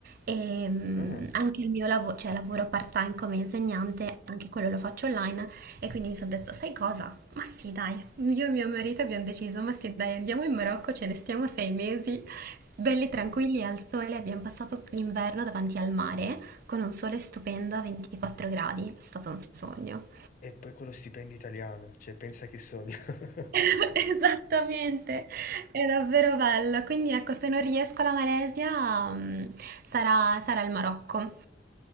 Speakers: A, on the right; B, on the left.
A: e mm,
B: Ah.
A: anche il mio lavoro, cioè lavoro part-time come insegnante, anche quello lo faccio online e quindi mi sono detta, sai cosa? Ma sì, dai, io e mio marito abbiamo deciso, ma sì, dai, andiamo in Marocco, ce ne stiamo sei mesi Belli tranquilli al sole, abbiamo passato l'inverno davanti al mare con un sole stupendo a 24 gradi, è stato un sogno.
B: E poi quello stipendio italiano, cioè pensa che sogno. <laughs>
A: <laughs> Esattamente, è davvero bello. Quindi ecco, se non riesco alla Malesia, mm, sarà, sarà il Marocco.